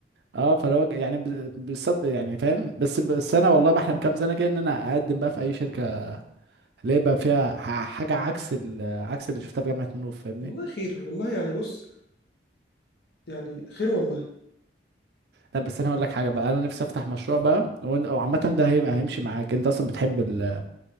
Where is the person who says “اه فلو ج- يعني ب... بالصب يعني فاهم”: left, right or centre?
Right